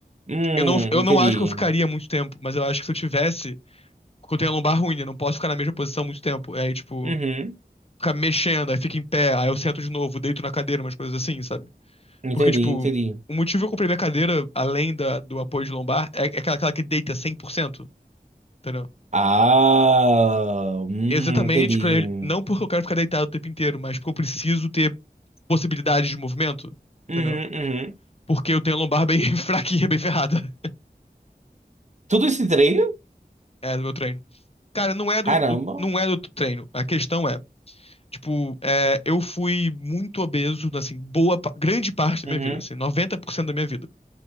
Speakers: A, on the right; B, on the left.
A: Hum,
B: eu não, eu
A: entendi.
B: não acho que eu ficaria muito tempo, mas eu acho que se eu tivesse, porque eu tenho a lombar ruim, eu não posso ficar na mesma posição muito tempo. E aí, tipo,
A: Uhum,
B: ficar mexendo, aí fica em pé, aí eu sento de novo, deito na cadeira, umas coisas assim, sabe?
A: entendi,
B: Porque, tipo,
A: entendi.
B: o motivo que eu comprei minha cadeira, além da, do apoio de lombar, é, é aquela, aquela que deita cem por cento entendeu?
A: Ah, hum,
B: Exatamente
A: entendi.
B: pra ele.
A: Uhum,
B: Não porque eu quero ficar deitado o tempo inteiro, mas porque eu preciso ter possibilidades de movimento, entendeu?
A: uhum.
B: Porque eu tenho a lombar bem <laughs> fraquinha, bem ferrada.
A: Tudo esse treino?
B: É do meu treino. Cara, não é do,
A: Caramba.
B: do- não é do treino. A questão é, tipo, é, eu fui muito obeso, assim, boa, pa- grande parte da
A: Uhum,
B: minha vida, assim, 90% da minha vida.